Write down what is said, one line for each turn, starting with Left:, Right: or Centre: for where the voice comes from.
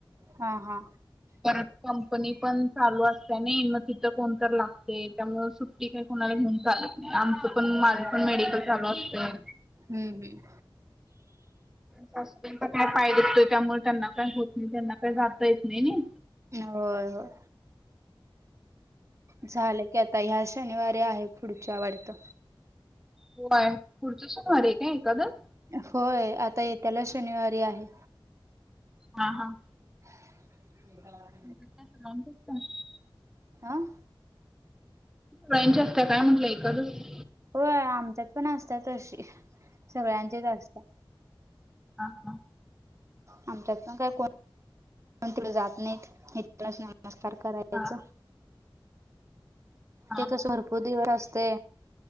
Right: हा हा
Centre: परत कंपनी पण चालू असते ना. मग तिथं कोणतर लागते त्यामुळे सूट ते काय कोणाला घेऊन चालत नाही. आमचं पण माझ पण मेडिकल चालू असतय.
Right: हं हं.
Centre: सासूबाईंचा काय पाय दुखतो, त्यामुळे त्यांना काय होत नाही. त्यांना काय जाता येत नाही नी.
Right: होय होय. झालं त्या ताई ह्या शनिवारी आहे पुढच्या वाटतं.
Centre: व्हय. पुढच्या शनिवारी ये का एकादस?
Right: होय. आता येत्याला शनिवारी आहे.
Centre: हां हां.
Right: <inaudible>
Centre: <unintelligible>
Right: अं?
Centre: सगळ्यांची असत्या काय म्हटलं एकादशी?
Right: होय. आमच्यात पण असत तशी सगळ्यांचेच असता.
Centre: हां हं.
Right: आमच्यात पण काय को कोण तीड जात नही इथंनच नमस्कार करायच.
Centre: हा हा
Right: ते
Centre: हा.
Right: कस भरपूर दिवस असते.